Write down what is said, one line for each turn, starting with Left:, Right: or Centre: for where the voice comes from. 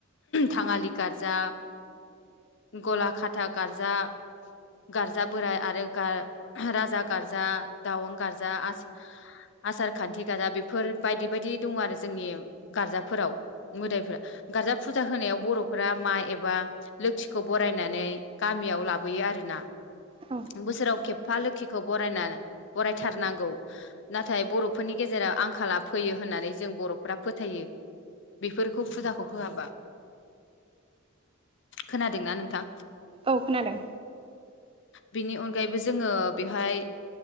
Left: थांङालि गारजा गला खाथा गार्जा गारजा बोराय आरो गार राजा गार्जा दावं गार्जा आस आसार खान्थि गादा बेफोर बायदि बायदि दं आरो जोंनियाव गार्जाफोराव मोदायफोरा गार्जा फुजा होनायाव बर' फोरा माइ एबा लोखिखौ बरायनानै गामियाव लाबोयो आरोना।
Right: औ
Left: बोसोराव खेब फा लोखिखौ बरायनानै बरायथारनांगौ नाथाय बर'फोरनि गेजेराव आंखाला फैयो हो होननानै जों बर'फोरा फोथायो बेफोरखौ फुजाखौ होआबा खोनादोंना नोंथां?
Right: औ खोनादों।
Left: बेनि अनगायैबो जोंङो बेवहाय